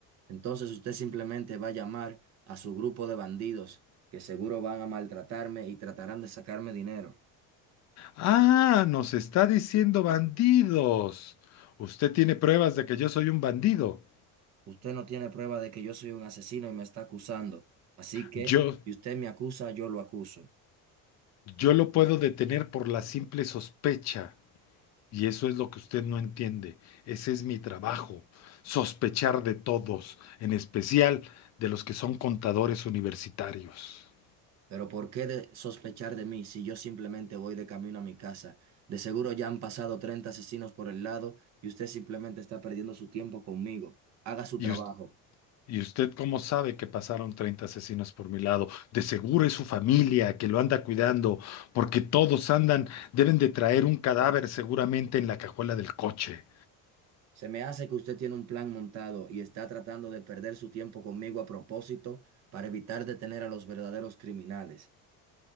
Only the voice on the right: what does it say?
Entonces usted simplemente va a llamar a su grupo de bandidos que seguro van a maltratarme y tratarán de sacarme dinero.
Usted no tiene prueba de que yo soy un asesino y me está acusando. Así que,
si usted me acusa, yo lo acuso.
Pero ¿por qué de sospechar de mí si yo simplemente voy de camino a mi casa? De seguro ya han pasado 30 asesinos por el lado y usted simplemente está perdiendo su tiempo conmigo. Haga su
trabajo.
Se me hace que usted tiene un plan montado y está tratando de perder su tiempo conmigo a propósito para evitar detener a los verdaderos criminales.